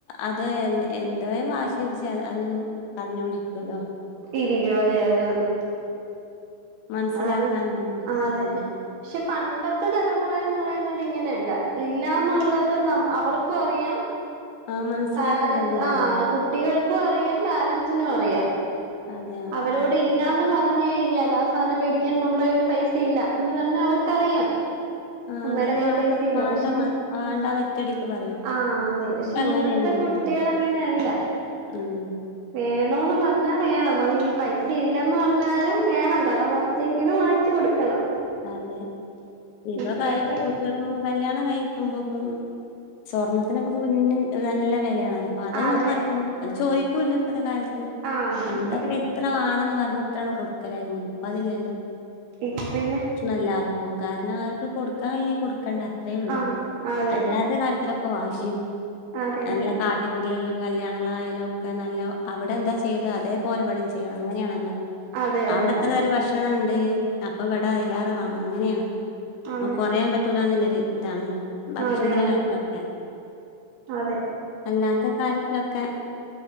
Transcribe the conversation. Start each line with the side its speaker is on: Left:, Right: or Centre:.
Left: അത് എന്തേ വാശിടു ച്ചാല് അത് പറഞ്ഞോണ്ടിരിക്കുല്ലോ
Right: ഇരിക, അതെ അതെയാണ്
Left: മനസ്സിലാക്കാനൊന്നും
Right: അതാണ്. ആ അതെ
Left: കഴിയില്ല
Right: പക്ഷെ പണ്ടത്തെ തലമുറേന്ന് പറയുന്നത് ഇങ്ങനെയല്ല. ഇല്ലാന്നുള്ളത് ന അവർക്കും അറിയാം
Left: ആഹ് മനസ്സിലാക്കാൻ
Right: പാരൻറ്സ്
Left: കഴിയായിരുന്നു
Right: ആ കുട്ടികൾക്കും അറിയാം പാരൻറ്സിനും അറിയാം
Left: അതെ ആഹ്
Right: അവരോട് ഇല്ലാന്ന് പറ പറഞ്ഞയിഞ്ഞാലാസാനം വേടിക്യാൻ നമ്മെടെ കയ്യില് പൈസ ഇല്ല, എന്ന് പറഞ്ഞ അവർക്കറിയ
Left: ആഹ്
Right: അമ്മേടെ
Left: അത്
Right: കയ്യ്പൈസ
Left: വാണ്ട
Right: ഇല്ല
Left: വാണ്ട
Right: പക്ഷെ
Left: വാ- വാണ്ടാന്ന് ഒറ്റടിക്ക് പറയും
Right: ആ
Left: ഇപ്പ
Right: ഇന്നത്തെ
Left: അങ്ങനെയല്ലല്ലോ
Right: കുട്ടികള് അങ്ങനെയല്ല,
Left: ഉം
Right: വേണോന്ന് പറഞ്ഞാ വേണം അതിനി പൈസ ഇല്ലന്ന് പറഞ്ഞാലും വേണം, കടമറിച്ചെങ്കിലും വാങ്ങിച്ചു കൊടുക്കണം
Left: അതെ ഇപ്പൊ
Right: ഇപ്പോഴത്തെ
Left: പഴേകുട്ടികള് കല്യാണം കഴിക്കുമ്പോം സ്വർണ്ണത്തിനൊക്കെപ്പൊ നല്ല വെ ലയാണല്ലോ അപ്പൊ അതൊന്നുപ്പാർക്കും,
Right: അതെ
Left: ചോദിക്കൂല്ല ഇപ്പത്തെ കാലത്ത്
Right: ആഹ്
Left: പണ്ടൊക്കെ
Right: ഇപ്പൊക്കെ
Left: ഇത്ര വാണംന്ന് പറഞ്ഞിട്ടാണ് കൊടുക്കലായിരുന്ന്. ഇപ്പതില്ലല്ലോ
Right: ഇപ്പ പിന്നെ
Left: എല്ലാവർക്കും കാരണം അവർക്ക് കൊടുക്കാൻ കഴിഞ്ഞല്ലെങ്കി കൊടുക്കണ്ട അത്രേ ഉള്ളൂ.
Right: ആഹ് അതെ
Left: അല്ലാത്ത കാര്യതിലൊക്കെ ക്കെവാശിയും
Right: അതെ അതെ
Left: എല്ല കാട്ടിക്കൂട്ടലെല്ല കല്യാണങ്ങളായാലും ഒക്കെ നല്ല അവിടെ എന്താ ചെയ്ത് അതേപോലെ ഇവടിം ചെയ്യണം അങ്ങനെയാണല്ലോ
Right: അതെ
Left: അവിടെ
Right: അതെ
Left: എത്ര
Right: ആണ്
Left: തരം ഭക്ഷണണ്ട്, അപ്പൊ വടെ അതിലാറ വാണം അങ്ങനേണ്
Right: അതെ
Left: കൊറയാൻ പറ്റൂലന്ന്ല്ലൊരു താണ് ഭക്ഷണത്തിന്റെ
Right: അതെ ആണ്
Left: കാര്യത്തിലൊക്കെ
Right: അതെ
Left: അല്ലാത്ത കാര്യത്തിലൊക്കെ,